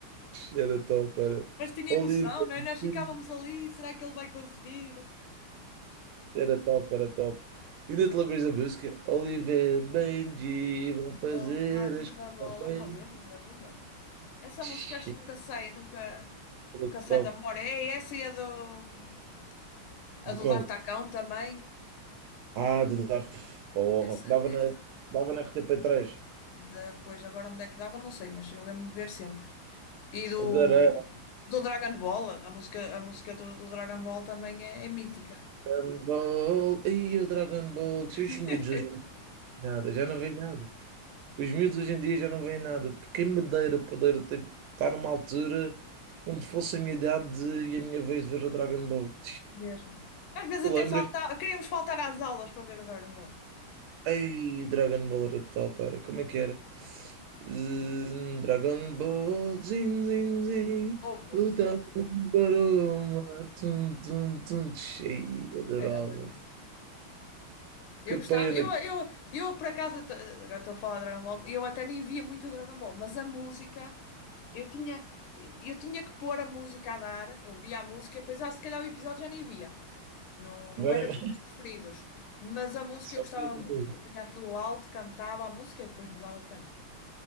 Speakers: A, on the right; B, on the left.
A: Era top, era.
B: Mas tinha
A: Oliver
B: emoção, não é? Nós ficávamos
A: Benji.
B: ali, será que ele vai conseguir?
A: Era top, era top. Ainda te lembras da música? Oliver Benji vão fazer
B: São os magos
A: a escola
B: da bola.
A: Benji.
B: Ah, lembro-me, lembro-me bem. Essa
A: Shit,
B: música acho que nunca sai, nunca,
A: então,
B: nunca sai da memória. É essa e a do, a
A: De
B: do
A: qual?
B: Dar Tacão também.
A: Ah, de dar porra.
B: Essa,
A: Dava
B: essa
A: na, dava na rtp três
B: depois, agora onde é que dava, não sei, mas eu lembro de ver sempre. E do,
A: Dragon
B: do Dragon Ball, a música, a música do, do Dragon Ball também é, é mítica.
A: Ball. Ei, o Dragon Ball. Se
B: <laughs>
A: Os miúdos hoje em dia nada, já não veem nada. Os miúdos hoje em dia já não veem nada. Porque me dera poder tipo, estar numa altura onde fosse a minha idade e a minha vez de ver o Dragon Ball.
B: Mesmo. Às vezes
A: Tu
B: até
A: lembras?
B: faltava, queríamos faltar às aulas para ver o Dragon Ball.
A: Ei, Dragon Ball era top, era. Como é que era? Hum, Dragon Ball, Jin, Jin, Jin,
B: Houve muitos.
A: luta para o mar, tum, tum, tum, cheio, adorava.
B: Exatamente. Eu
A: Que pena.
B: gostava, eu, eu, eu por acaso, até- agora estou a falar de Dragon Ball, eu até nem via muito o Dragon Ball, mas a música, eu tinha, eu tinha que pôr a música a dar, eu via a música e depois, ah, se calhar o episódio já nem via. Não, não
A: Já
B: era
A: nem-
B: dos meus preferidos, mas
A: <laughs>
B: a música
A: Só
B: eu gostava
A: que tipo,
B: muito. Eu punha aquilo alto, cantava a música e depois mudava de canal.